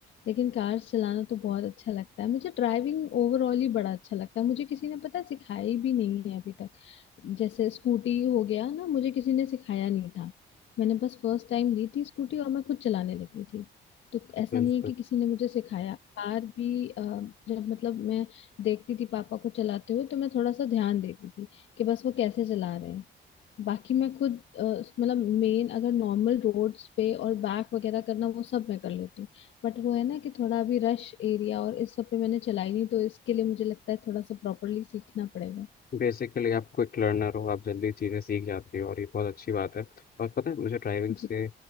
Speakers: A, on the left; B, on the left.
A: लेकिन कार्स चलाना तो बहुत अच्छा लगता है मुझे ड्राइविंग ओवरऑल ही बड़ा अच्छा लगता है मुझे किसी ने पता है सिखाई भी नहीं है अभी तक जैसे स्कूटी हो गया ना मुझे किसी ने सिखाया नहीं था मैंने बस फर्स्ट टाइम ली थी स्कूटी और मैं खुद चलाने लगी थी तो
B: बिल्कुल
A: ऐसा नहीं है कि किसी ने मुझे सिखाया कार भी अ, जब मतलब मैं देखती थी पापा को चलाते हुए तो मैं थोड़ा सा ध्यान देती थी कि बस वो कैसे चला रहे हैं बाकी मैं खुद अ, मतलब मेन अगर नॉर्मल रोड्स पे और बैक वगैरह करना वो सब मैं कर लेती हूँ बट वो है ना कि थोड़ा अभी रश एरिया और इस सब पे मैंने चलाई नहीं तो इसके लिए मुझे लगता है थोड़ा सा प्रॉपरली सीखना पड़ेगा
B: बेसिकली आप क्विक लर्नर हो आप जल्दी चीज़ें सीख जाते हो और ये बहुत अच्छी बात है और पता है मुझे ड्राइविंग से
A: जी